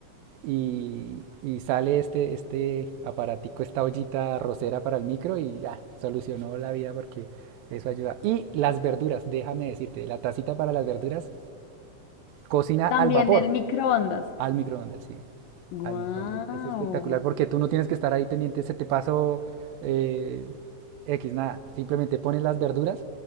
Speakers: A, on the right; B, on the left.
A: Y, y sale este, este aparatico, esta ollita rosera para el micro y ya, solucionó la vida porque eso ayuda. Y las verduras, déjame decirte, la tacita para las verduras, cocina
B: También
A: al vapor,
B: el microondas.
A: al microondas, sí
B: Guau,
A: al microondas. Es espectacular porque tú no tienes que estar ahí pendiente, se te pasó eh, X, nada. Simplemente pones las verduras,